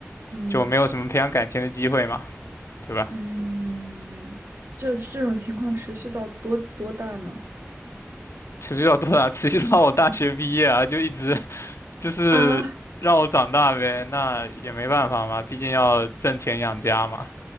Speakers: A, on the right; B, on the left.
A: 嗯
B: 就没有什么培养感情的机会嘛，对吧？
A: 嗯，这这种情况持续到多多大呢？
B: 持续到多大？<laughs> 持续到我大学毕业啊，就一直 <laughs> 就是让我长大呗，
A: 啊，
B: 那也没办法嘛，毕竟要挣钱养家嘛。